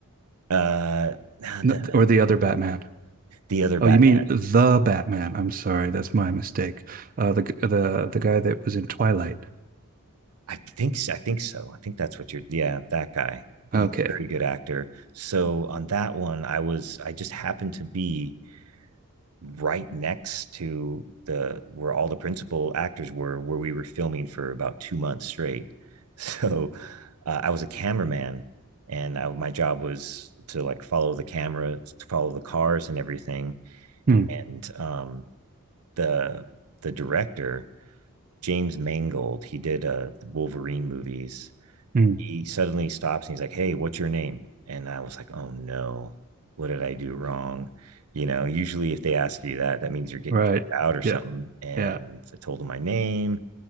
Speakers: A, on the right (about 80°); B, on the right (about 40°).
A: uh <sighs> nah,
B: N-
A: the,
B: or the other Batman.
A: the other Batman.
B: Oh, you mean the Batman? I'm sorry, that's my mistake. Uh, the the the guy that was in Twilight.
A: I think I think so. I think that's what you're. Yeah, that guy. He's
B: Okay.
A: a very good actor. So on that one, I was I just happened to be right next to the where all the principal actors were, where we were filming for about two months straight. <laughs> So uh, I was a cameraman, and I, my job was to like follow the camera, to follow the cars and everything.
B: Hmm.
A: And um, the the director James Mangold, he did uh, Wolverine movies
B: Hmm.
A: he suddenly stops and he's like, Hey, what's your name? And I was like, Oh no, what did I do wrong? You know, usually if they ask you that, that means you're getting
B: Right.
A: kicked out or something.
B: Yeah.
A: And
B: Yeah.
A: I told him my name